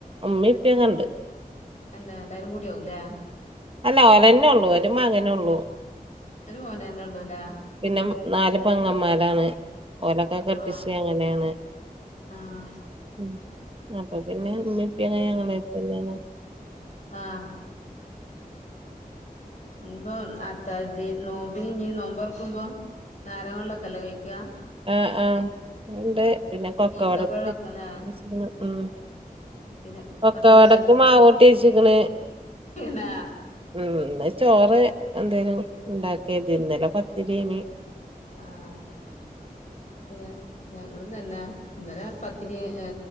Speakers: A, on the right; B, on the left.
A: ഉമ്മി പ്പിക്കണ്ട്
B: എന്നെ എല്ലാരും കൂടി ആകൂല്ലെ?
A: അല്ല ഒനെന്നെ ഒള്ളൂ ഒരു മകനൊള്ളൂ
B: ഒരു മോനന്നെ ഉള്ളൂല്ലേ
A: പിന്നെ
B: ഉം
A: നാല് പെങ്ങമാരാണ് ഓലൊക്കെ കെട്ടിച്ച്
B: ആഹ്
A: അങ്ങനേണ്
B: ആഹ്
A: ഉം അപ്പൊ പിന്നെ മ്മെ പ്പെ <unintelligible> അടുത്തന്നാണ്
B: ആഹ് ഇന്ന് പ്പൊ അത്താഴ്‌തി നോമ്പിന് ഞ്ഞി നോമ്പൊർക്കുമ്പോ നാരങ്ങള്ളൊക്കല്ലെ കഴിക്കാ?
A: ആഹ് ആഹ് അഹ് ണ്ട് പിന്നെ കൊക്കവടക്ക്
B: ഈത്തപ്പഴൊക്കെല്ലേ
A: അറിഞ്ഞെച്ച്ക്ക്ണ് ഉം
B: പിന്നെ
A: കൊക്കവടക്ക്
B: പത്തിരി ഉണ്ടാക്കി
A: മാവൂട്ടിയെച്ച്ക്ക് ണ്
B: ന്നാ
A: ഉം ഇന്ന് ചോറ് എന്തേലും ഇണ്ടാക്കാര്തി ഇന്നലെ പത്തിരേയ്നിം
B: ആഹ് ഞ ഞങ്ങളും തന്നെ ന്നലെ പത്തിരി എ